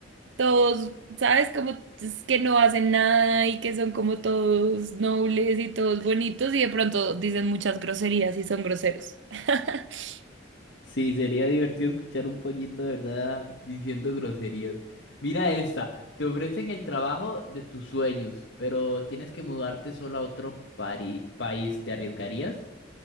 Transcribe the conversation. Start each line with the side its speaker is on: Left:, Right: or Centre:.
Right: todos, ¿sabes? Como es que no hacen nada y que son como todos nobles y todos bonitos y de pronto dicen muchas groserías y son groseros. <laughs>
Left: Sí, sería divertido escuchar un pollito de verdad diciendo groserías. Mira esta, te ofrecen el trabajo de tus sueños, pero tienes que mudarte solo a otro pari- país, ¿te arriesgarías?